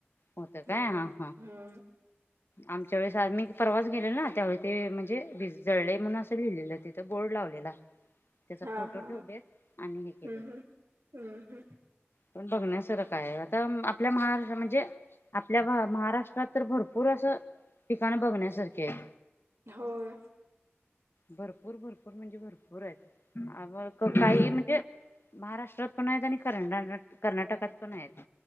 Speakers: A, on the left (about 60°); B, on the right (about 85°).
A: होत
B: हम्म
A: काय हा हा
B: हम्म.
A: आमच्या वेळेस आम्ही परवाच गेलेलो ना त्यावेळी ते म्हणजे वीज जळले म्हणून असं लिहिलेलं तिथं बोर्ड लावलेला <unintelligible>
B: हा हा हा
A: ठेवलेत आणि हे केले
B: हम्म हम्म हम्म हम्म.
A: पण बघण्यासारंख आहे आता आपल्या महाराष्ट्र म्हणजे आपल्या महाराष्ट्रात तर भरपूर असं ठिकाण बघण्यासारखी आहेत.
B: होय.
A: भरपूर भरपूर म्हणजे भरपूर आहेत <unintelligible> म काही
B: हं
A: म्हणजे महाराष्ट्रात पण आहेत आणि करंडा कर्नाटकात पण आहेत